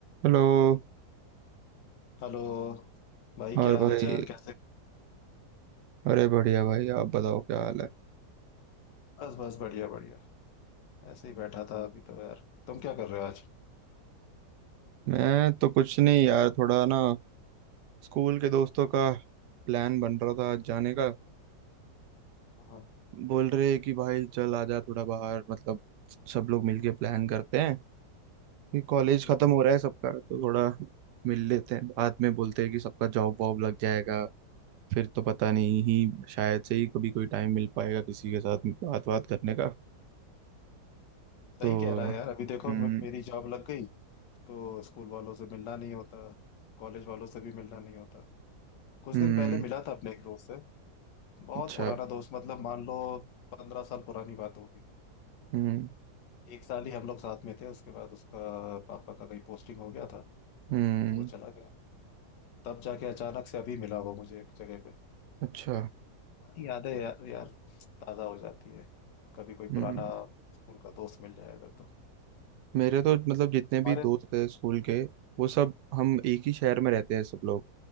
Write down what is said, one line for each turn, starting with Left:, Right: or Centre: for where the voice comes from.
Right: Hello
Left: Hello भाई
Right: और
Left: क्या
Right: भाई
Left: हालचाल कैसे हो?
Right: अरे बढ़िया भाई आप बताओ क्या हाल है
Left: बस बस बढ़िया बढ़िया ऐसे ही बैठा था अभी तो यार तुम क्या कर रहे हो आज
Right: मैं तो कुछ नहीं यार थोड़ा ना स्कूल के दोस्तों का प्लान बन रहा था आज जाने का
Left: हाँ
Right: बोल रहे कि भाई चल आ जा थोड़ा बाहर मतलब सब लोग मिलके प्लान करते हैं कि कॉलेज
Left: हम्म,
Right: खत्म हो रहा है सबका तो थोड़ा मिल लेते हैं बाद में बोलते हैं कि सबका जॉब वॉब लग जाएगा फिर तो पता नहीं ही शायद से ही कभी कोई टाइम मिल पाएगा किसी के साथ बात बात करने का
Left: सही
Right: तो
Left: कह रहा है यार अभी देखो
Right: हम्म
Left: मे- मेरी जॉब लग गई तो स्कूल वालों से मिलना नहीं होता कॉलेज वालों से भी मिलना नहीं होता कुछ
Right: हम्म
Left: दिन पहले मिला था अपने एक दोस्त से बहुत
Right: अच्छा
Left: पुराना दोस्त मतलब मान लो पंद्रह साल पुरानी बात होगी
Right: हम्म
Left: एक साल ही हम लोग साथ में थे उसके बाद उसका पापा का कहीं पोस्टिंग हो गया था
Right: हम्म
Left: तो वो चला गया तब जाके अचानक से अभी मिला वो मुझे एक जगह पे
Right: अच्छा
Left: यादें यार यार ताज़ा हो जाती है कभी कोई
Right: हम्म
Left: पुराना स्कूल का दोस्त मिल जाए अगर तो
Right: मेरे तो मतलब जितने
Left: हमारे
Right: भी दोस्त हैं स्कूल के वो सब हम
Left: हम्म।
Right: एक ही शहर में रहते हैं सब लोग